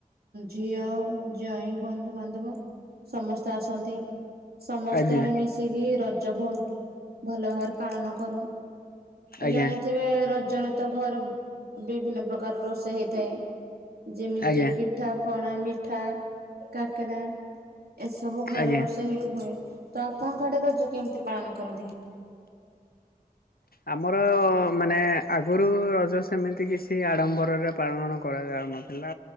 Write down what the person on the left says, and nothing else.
ଆଜ୍ଞା
ଆଜ୍ଞା
ଆଜ୍ଞା
ଆଜ୍ଞା।
ଆମର ମାନେ ଆଗରୁ ରଜ ସେମିତି କିଛି ଆଡମ୍ବରରେ ପାଳନ କରାଯା ଉନଥିଲା